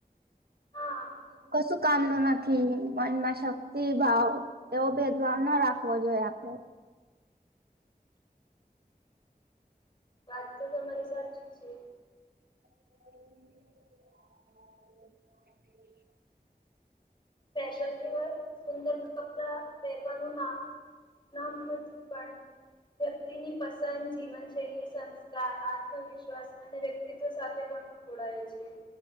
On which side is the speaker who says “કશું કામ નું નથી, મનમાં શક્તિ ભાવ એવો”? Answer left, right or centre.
Right